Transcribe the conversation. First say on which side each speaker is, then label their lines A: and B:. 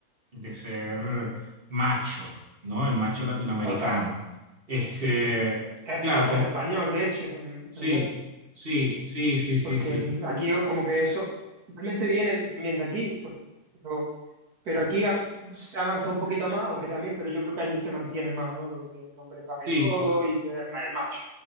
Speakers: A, on the right (about 35°); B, on the right (about 80°).
A: de ser macho, ¿no? El macho latinoamericano.
B: Total,
A: Este,
B: sí. Que es
A: claro,
B: más
A: co-
B: que el español, de hecho, en
A: sí,
B: realidad.
A: sí, sí, sí, sí,
B: porque
A: sí.
B: el- aquí como que eso realmente viene también de aquí, por- pero, pero aquí ha- se avanza un poquito más, aunque también, pero yo creo que allí se mantiene más, ¿no? Lo de que el hombre pague
A: Sí,
B: todo y que es más el macho.